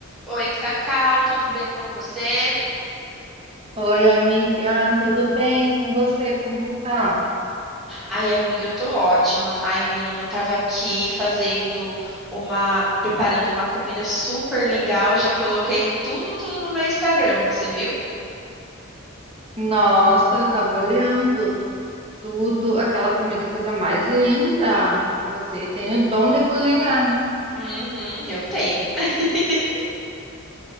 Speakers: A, in the centre; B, on the right.
A: Oi, Cacau, tudo bem com você?
B: Oi, amiga, tudo bem com você? Como que tá?
A: Ai, amiga, eu tô ótima. Ai, menina, eu tava aqui fazendo uma, preparando uma comida super legal. Já coloquei tudo, tudo no meu Instagram, você viu?
B: Nossa, eu tava olhando tudo, aquela comida, coisa mais linda. Você tem o dom de cozinhar, né?
A: Uhum, eu tenho. <laughs>